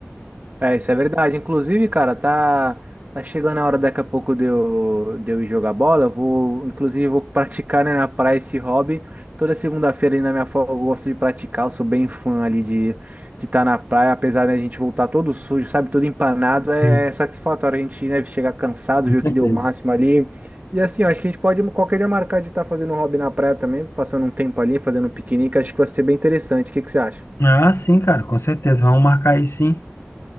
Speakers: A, on the right; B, on the left.
A: É, isso é verdade. Inclusive, cara, tá, tá chegando a hora daqui a pouco de eu, de eu ir jogar bola. Eu vou, inclusive, vou <laughs> praticar, né, na praia esse hobby. Toda segunda-feira ali na minha folga eu gosto de praticar. Eu sou bem fã ali de estar na praia, apesar da gente voltar todo sujo, sabe, todo empanado. É
B: Hum,
A: satisfatório a gente, né, chegar cansado,
B: Com
A: ver
B: certeza.
A: o que deu o máximo ali. E assim, eu acho que a gente pode qualquer dia marcar de estar fazendo um hobby na praia também, passando um tempo ali, fazendo um piquenique. Acho que vai ser bem interessante. O que que você acha?
B: Ah, sim, cara, com certeza. Vamos marcar aí sim.